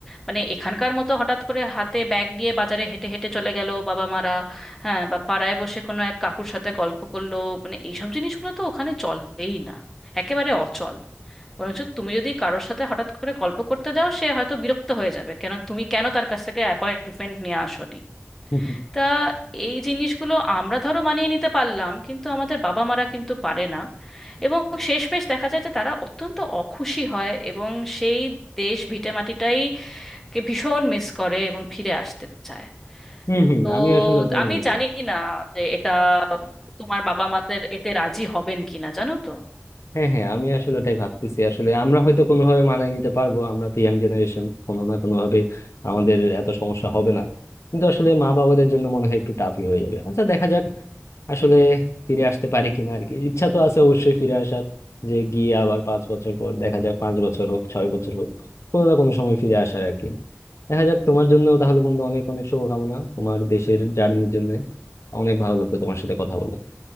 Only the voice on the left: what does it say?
<laughs>
হম হম
আমি আসলে ওটাই
মনে করি
হ্যাঁ হ্যাঁ আমি আসলে ওটাই ভাবতেছি আসলে আমরা হয়তো কোনোভাবে মানায় নিতে পারবো আমরা তো ইয়াং জেনারেশন কোনো না কোনো ভাবে আমাদের এত সমস্যা হবে না কিন্তু আসলে মা বাবাদের জন্য মনে হয় একটু টাফই হয়ে যাবে আচ্ছা দেখা যাক আসলে ফিরে আসতে পারি কিনা আর কি ইচ্ছা তো আছে অবশ্যই ফিরে আসার যে গিয়ে আবার পাঁচ বছর পর দেখা যাক পাঁচ বছর হোক ছয় বছর হোক কোনো না কোনো সময় ফিরে আসার আর কি দেখা যাক তোমার জন্য তাহলে বন্ধু অনেক অনেক শুভকামনা তোমার দেশের জার্নির জন্য অনেক ভালো লাগতো তোমার সাথে কথা বলে